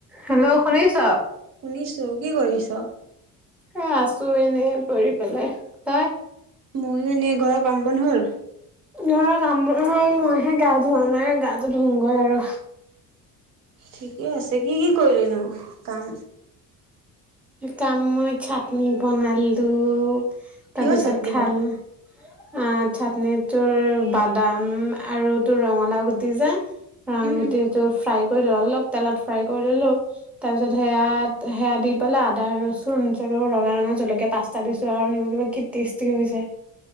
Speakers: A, in the centre; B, on the right.
A: Hello শুনিছ?
B: শুনিছোঁ কি কৰিছ?
A: এ আছো এনে পৰি পেলাই, তই?
B: মই এনে ঘৰৰ কাম বন হ'ল?
A: ঘৰক কাম বন হ'ল, মইহে গা ধোৱা নাই গাটো ধুওঁগৈ আৰ
B: ঠিকে আছে, কি কি কৰিলিনো কাম?
A: কাম মই চাটনি বনালো
B: কিহৰ
A: তাৰপিছত
B: চাটনি
A: খাল
B: বা?
A: আ চাটনি তোৰ বাদাম আৰু তোৰ ৰঙালাও গুটি যে অ',
B: উম
A: গুটিটো
B: উম
A: ফ্ৰাই ধৰি ল অলপ তেলত ফ্ৰাই কৰি ল'লোঁ, তাৰপিছত সেয়া-সেয়া দি লা আদা ৰচুন আৰু ৰঙা-ৰঙা জলকীয়া পাচঁতা দিছো, আৰু নিমখ কি টেষ্টি হৈছে।